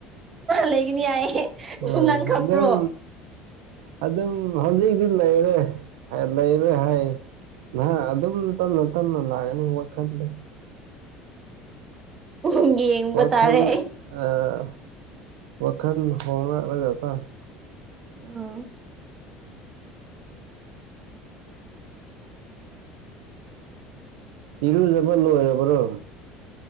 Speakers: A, on the right; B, on the right.
A: ꯂꯩꯒꯅꯤ ꯍꯥꯏꯌꯦ
B: ꯑ
A: ꯅꯪ ꯈꯪꯕ꯭ꯔꯣ
B: ꯑꯗꯨꯝ ꯑꯗꯨꯝ ꯍꯧꯖꯤꯛꯇꯤ ꯂꯩꯔꯦ ꯍꯥꯏ ꯂꯩꯔꯦ ꯍꯥꯏ ꯅꯍꯥꯛ ꯑꯗꯨꯝ ꯇꯞꯅ ꯇꯞꯅ ꯂꯥꯛꯀꯅꯤ ꯋꯥꯈꯜꯗ
A: ꯑꯣ ꯌꯦꯡꯕ
B: ꯋꯥꯈꯜ
A: ꯇꯥꯔꯦ
B: ꯑꯥ ꯋꯥꯈꯜ ꯍꯣꯡꯂꯛꯂꯒꯀꯣ
A: ꯎꯝ
B: ꯏꯔꯨꯖꯕ ꯂꯣꯏꯔꯕ꯭ꯔꯣ